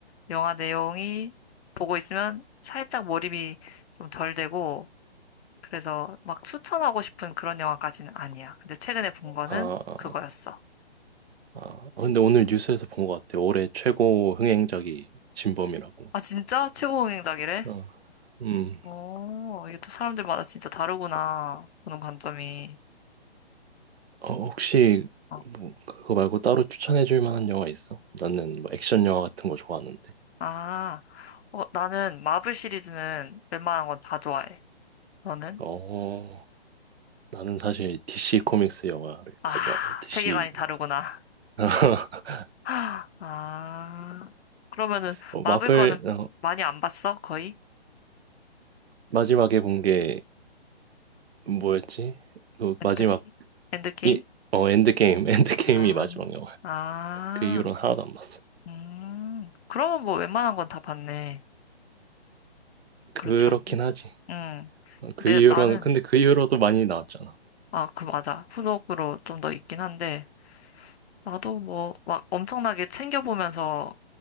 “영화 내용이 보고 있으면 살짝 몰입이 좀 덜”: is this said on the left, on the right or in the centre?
Left